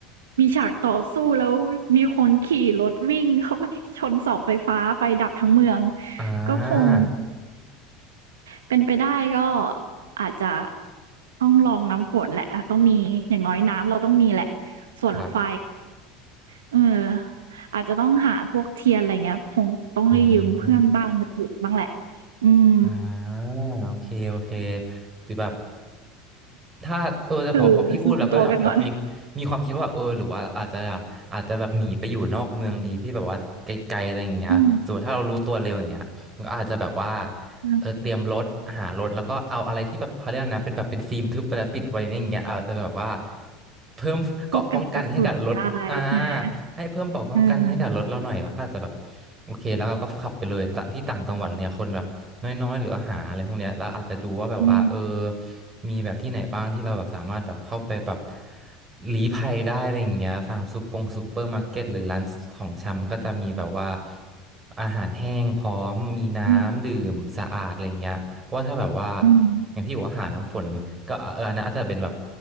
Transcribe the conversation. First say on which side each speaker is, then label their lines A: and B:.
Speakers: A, on the right (about 80°); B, on the right (about 25°).
A: มีฉากต่อสู้แล้วมีคนขี่รถวิ่งเข้าไป <laughs> ชนเสาไฟฟ้าไฟดับทั้งเมือง
B: อ่า
A: ก็คง เป็นไปได้ก็อาจจะต้องลองน้ำฝนแหละอาจต้องมีอย่างน้อยน้ำเราต้องมีแหละส่วนไฟ
B: ครับ
A: เอออาจจะต้องหาพวกเทียนอะไรเงี้ยคงต้องได้ยืมเพื่อนบ้านมาจุดบ้างแหละ
B: อืม
A: อืม
B: อ่าโอเคโอเคหรือแบบถ้าเออแต่พอพอพี่พูดแล้วก็แบบแบบมี
A: คือรวมตัวกันก่อน
B: มีความคิดว่าเออหรือว่าอาจจะอยากอาจจะแบบหนีไปอยู่นอกเมืองดีที่แบบว่าไกลๆอะไรอย่างเงี้ยสมมติถ้าเรารู้ตัวเร็วอย่างเงี้ยมันก็อาจจะแบบว่า
A: อืมใช่
B: เออเตรียมรถหารถแล้วก็เอาอะไรที่แบบเขาเรียกนะเป็นแบบเป็นฟิล์มทึบอะไรปิดไว้อย่างเงี้ยเอาจจะแบบว่าเพิ่มเกราะป้องกันให้กับรถอ่า
A: พวกกันกระสุนได้ใช่ไหม
B: ให้เพิ่มเกราะป้องกันให้กับรถเราหน่อยแล้วก็อาจจะแบบ
A: เออ
B: โอเคแล้วเราก็ขับไปเลยตะที่ต่างจังหวัดเนี่ยคนแบบ น้อยๆหรืออาหารอะไรพวกเนี้ยแล้วอาจจะดูว่าแบบว่าเออ
A: อืม
B: มีแบบที่ไหนบ้างที่เราแบบสามารถแบบเข้าไปแบบหลีภัยได้อะไรอย่างเงี้ยตามซุปปงซุปเปอร์มาร์เก็ตหรือร้านของชำก็จะมีแบบว่าอาหารแห้งพร้อมมีน้ำดื่มสะอาดอะไรอย่างเงี้ยเพราะว่าถ้าแบบว่า
A: อืมอืม
B: อย่างพี่บอกว่าหารน้ำฝนก็เอออันนั้นอาจจะเป็นแบบ